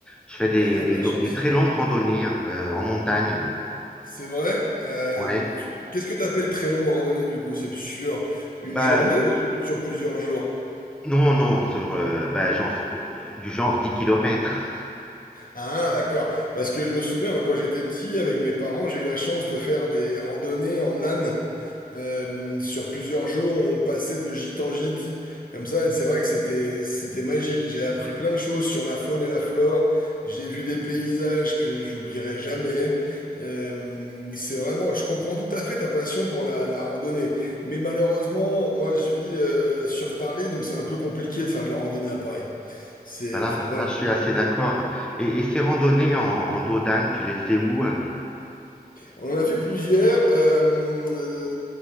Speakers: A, in the centre; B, on the left.
A: Je fais des,
B: t'en as
A: des,
B: de la
A: lo-
B: chance.
A: des très longues randonnées hein, euh, en montagne.
B: C'est vrai. euh,
A: Ouais.
B: de- qu'est-ce que t'appelles très longue randonnée du coup? C'est sur
A: Bah,
B: une journée ou sur sur plusieurs jours?
A: non, non, sur, euh, bah, j'en fais euh, du genre 10 kilomètres.
B: Ah, d'accord. Parce que je me souviens, moi, quand j'étais petit, avec mes parents, j'ai eu la chance de faire des randonnées en âne. Euh, sur plusieurs jours, on passait de gîte en gîte, comme ça, et c'est vrai que c'était c'était magique. J'ai appris plein de choses sur la faune et la flore. J'ai vu des paysages que j'oublierai jamais. Euh, c'est vraiment, je comprends tout à fait ta passion pour la, la randonnée, mais malheureusement, moi, je vis euh, sur Paris, donc c'est un peu compliqué de faire de la randonnée à Paris. C'est,
A: Voilà,
B: enfin voilà.
A: là, je suis assez d'accord. Et, et ces randonnées en, en dos d'âne, tu les fais où? Ouais,
B: On en a fait plusieurs. euh,